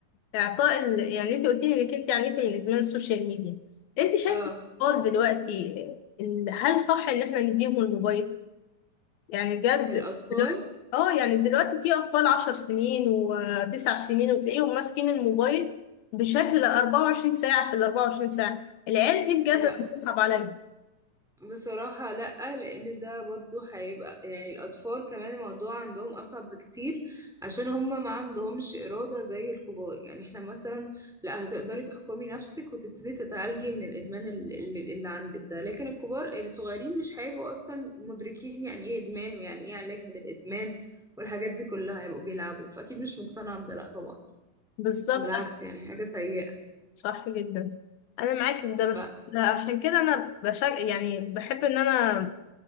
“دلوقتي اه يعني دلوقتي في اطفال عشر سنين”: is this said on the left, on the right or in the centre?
Left